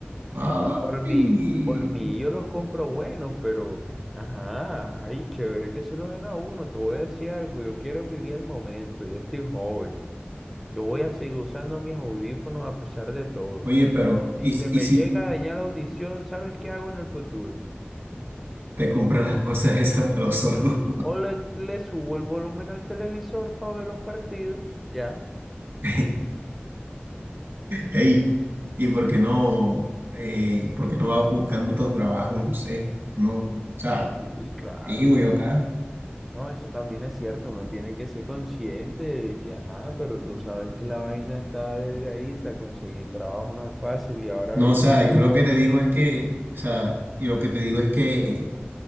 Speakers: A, on the right; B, in the centre.
A: Ay.
B: Por mí, por mí yo los compro buenos, pero, ajá, ay, chévere que se lo den a uno. Te voy a decir algo, yo quiero vivir el momento, yo estoy joven. Yo voy a seguir usando mis audífonos a pesar de todo.
A: Oye, pero,
B: Si
A: ¿y,
B: se
A: si-
B: me
A: y si
B: llega a dañar la audición, ¿sabes qué hago en el futuro?
A: te compras las cosas esas para los sordos?
B: O le, le subo el volumen al televisor para ver los partidos, ya.
A: <laughs> Ey, ¿y por qué no, eh, por qué no vas buscando tu trabajo? No sé, no, o sea,
B: Sí, claro.
A: te digo yo acá.
B: No, eso también es cierto, uno tiene que ser consciente de que, ajá, pero tú sabes que la vaina está delgadita, conseguir trabajo no es fácil y ahora
A: No,
B: ven,
A: o sea, yo lo que te digo es que, o sea, y lo que te digo es que